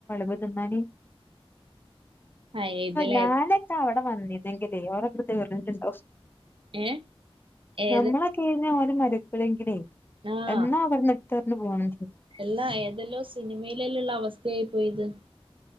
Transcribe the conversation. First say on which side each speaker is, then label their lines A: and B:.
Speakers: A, on the left; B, on the right.
A: വ തിന്നാന്
B: ആഹ് ഇതിലേതാ
A: ഞാനൊക്കെ അവിടെ വന്നിതെങ്കിലേ ഓരക്കടുത്തർന്നിട്ടുണ്ടോ
B: ഏഹ് ഏത്
A: നമ്മളൊക്കെ മരക്കളെങ്കിലെ
B: ആഹ്
A: എന്നാ ആ പെണ്ണ് ഇട്ടർഞ്ഞു പോണ്
B: എല്ലാ ഏതെല്ലോ സിനിമയിലല്ലള്ള അവസ്ഥയായി പോയത്